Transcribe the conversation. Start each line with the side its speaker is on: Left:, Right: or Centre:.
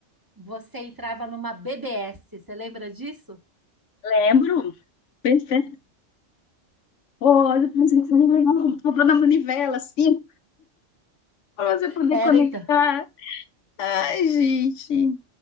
Right: você entrava numa BBS, você lembra disso?
Left: Lembro. Perfeito. Olha, pensei que você ligava o computador na manivela, assim, pra você poder
Right: Era,
Left: conectar.
Right: então.
Left: Ai, gente.